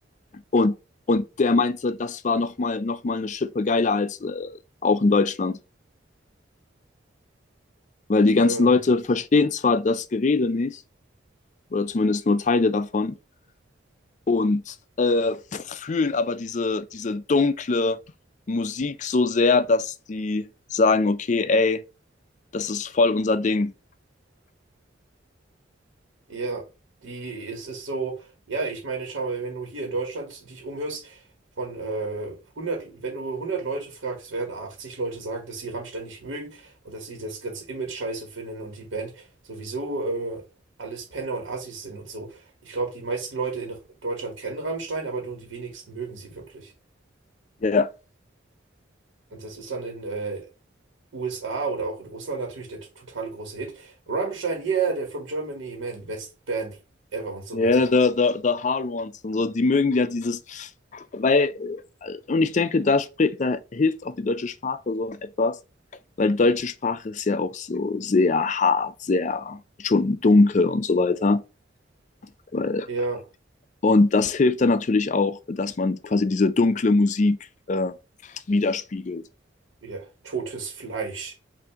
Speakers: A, on the left (about 40°); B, on the right (about 80°).
A: Und, und der meinte, das war nochmal noch mal eine Schippe geiler als äh, auch in Deutschland. Weil die ganzen
B: Ähm,
A: Leute verstehen zwar das Gerede nicht, oder zumindest nur Teile davon, und äh, fühlen aber diese, diese dunkle Musik so sehr, dass die sagen, okay, ey, das ist voll unser Ding.
B: Ja, die, es ist so, ja, ich meine, schau mal, wenn du hier in Deutschland dich umhörst, von äh, 100, wenn du hundert Leute fragst, werden 80 Leute sagen, dass sie Rammstein nicht mögen und dass sie das ganze Image scheiße finden und die Band sowieso äh, alles Penner und Assis sind und so. Ich glaube, die meisten Leute in Deutschland kennen Rammstein, aber nur die wenigsten mögen sie wirklich.
A: Ja, yeah.
B: Und das ist dann in äh, USA oder auch in Russland natürlich der t- totale große Hit. Rammstein, yeah, they're from Germany, man, best band ever und so
A: ja,
B: weiter.
A: yeah, the, the, the Hard Ones und so, die mögen ja dieses, weil, äh, und ich denke, da, spricht, da hilft auch die deutsche Sprache so etwas, weil die deutsche Sprache ist ja auch so sehr hart, sehr schon dunkel und so weiter. Weil
B: Ja,
A: Und das hilft dann natürlich auch, dass man quasi diese dunkle Musik äh, widerspiegelt.
B: ja, totes Fleisch.